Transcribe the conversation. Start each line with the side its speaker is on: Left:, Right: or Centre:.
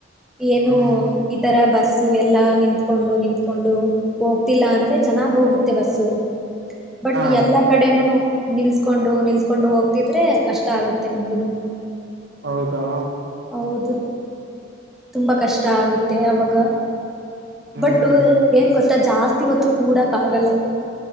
Centre: ಏನು
Right: ಹ್ಮ್
Centre: ಈತರ ಬಸ್ ಬ ಎಲ್ಲಾ ನಿಂತ್ಕೊಂಡು ನಿತ್ಕೊಂಡು ಹೋಗ್ತಿಲ್ಲ ಅಂದ್ರೆ ಚೆನ್ನಾಗಿ ಹೋಗುತ್ತೆ ಬಸ್ಸು ಬಟ್
Right: ಹಾ
Centre: ಎಲ್ಲಾ ಕಡೆನೂ ನಿಲ್ಸ್ಕೊಂಡು ನಿಲ್ಸ್ಕೊಂಡು ಹೋಗ್ತಿದ್ರೆ ಕಷ್ಟ ಆಗುತ್ತೆ ನಮ್ಗುನು
Right: ಹೌದಾ
Centre: ಹೌದು ತುಂಬಾ ಕಷ್ಟ ಆಗುತ್ತೆ ಅವಾಗ
Right: ಹ್ಮ್
Centre: ಬಟ್ ಏನ್ ಗೊತ್ತಾ ಜಾಸ್ತಿ ಹೊತ್ತು ಕೂಡಕ್ ಆಗಲ್ಲ